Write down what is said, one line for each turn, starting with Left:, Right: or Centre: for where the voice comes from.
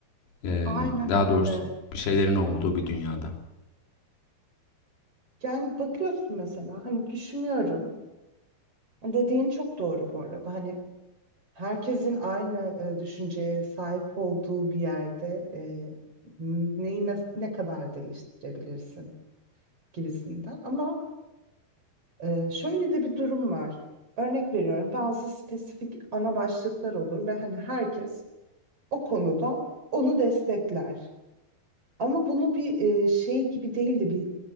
Left: E,
Right: Aynen
Left: daha
Right: öyle.
Left: doğrusu bir şeylerin olduğu bir dünyada.
Right: Yani bakıyorsun mesela hani düşünüyorum. Dediğin çok doğru bu arada. Hani herkesin aynı e, düşünceye sahip olduğu bir yerde e, neyi ne, ne kadar değiştirebilirsin gibisinden. Ama e, şöyle de bir durum var. Örnek veriyorum bazı spesifik ana başlıklar olur ve hani herkes o konuda onu destekler. Ama bunu bir e, şey gibi değil de bir